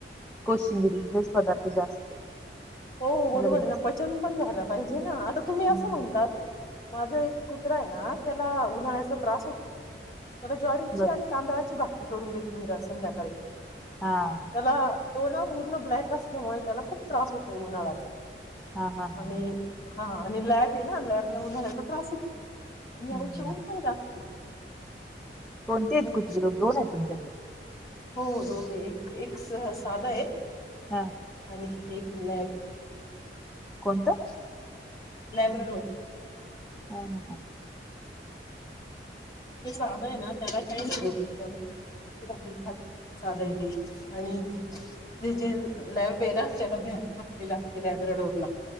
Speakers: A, in the centre; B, on the left.
A: कोशिंगरी हेच पदार्थ जास्त
B: हो बरोबर
A: गरमी
B: आहे
A: असल्यामुळे
B: ना पचन पण झालं पाहिजे ना आता तुम्ही असं
A: हम्म
B: म्हणतात माझा एक कुत्रा आहे ना त्याला उन्हाळ्याचा त्रास होतो त्याला ज्वारीची
A: बरं
B: आणि तांदळाची भाकरी करून देते मी र संध्याकाळी
A: हा
B: त्याला तो ना पूर्ण ब्लॅक असल्यामुळे त्याला खूप त्रास होतोय उन्हाळा्याचा
A: हा हा हा
B: आणि हा आणि लॅब आहे ना लॅब ला उन्हालाचा त्रास आहे मी एवढ
A: हम्म
B: शेवन पण जास्त
A: कोणते आहेत
B: तर
A: कुते लो दोन आहे तुमकडे
B: हो दोन आहे एक एक साधा आहे
A: हा
B: आणि ह चल आहे
A: कोणतं
B: लायब्रेड
A: हो हो का
B: ते साध आहे ना त्याला ट त्या ते भाकरी खात साधा येते आणि ज जे लॅब येेला त्यानाला क लॅब्रे डोरला